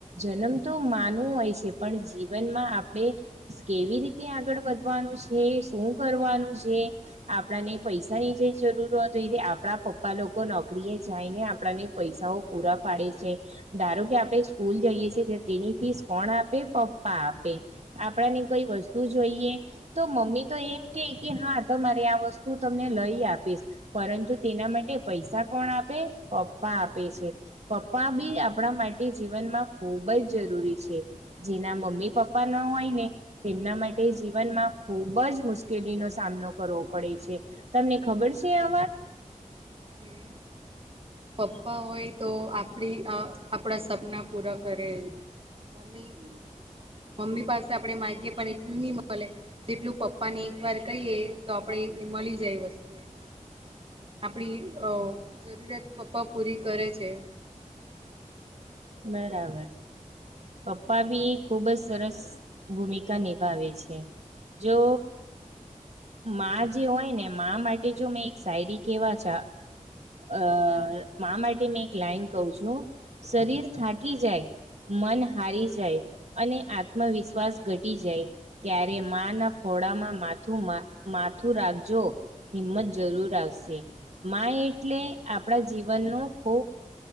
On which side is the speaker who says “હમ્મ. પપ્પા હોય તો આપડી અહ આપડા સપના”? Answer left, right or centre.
Right